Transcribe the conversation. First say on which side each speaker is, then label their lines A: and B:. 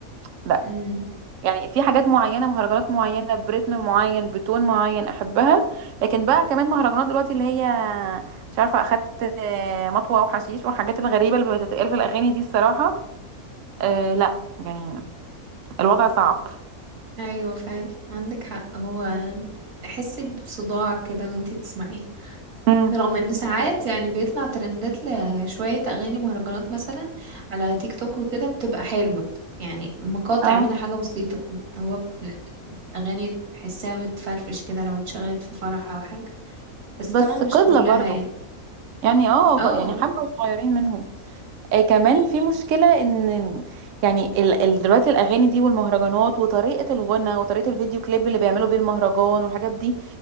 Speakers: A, on the right; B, on the right.
A: لا
B: امم
A: يعني في حاجات معينة مهرجانات معينة برتم معين بتون معين أحبها لكن بقى كمان مهرجانات دلوقتي اللي هي مش عارفة أخدت آه، مطوة وحشيش والحاجات الغريبة اللي بتتقال في الأغاني دي الصراحة أه لا يعني الوضع صعب
B: ايوه فعلا عندك حق هو تحسي بصداع كده وانتي بتسمعيه
A: امم
B: رغم ان ساعات يعني بيطلع ترندات لشوية اغاني مهرجانات مثلا على تيك توك وكده بتبقى حلوة يعني مقاطع
A: اه
B: منها حاجة بسيطة هو ب- اغاني تحسيها بتفرفش كده لو اتشغلت في فرح او حاجة بس
A: بس
B: طبعا مش
A: قلة
B: كلها
A: برضو
B: يعني
A: يعني اه
B: اه
A: يعني حبة صغيرين منهم آه كمان في مشكلة ان يعني ال ال دلوقتي الأغاني دي والمهرجانات وطريقة الغنى وطريقة الفيديو كليب اللي بيعملوا بيه المهرجان والحاجات دي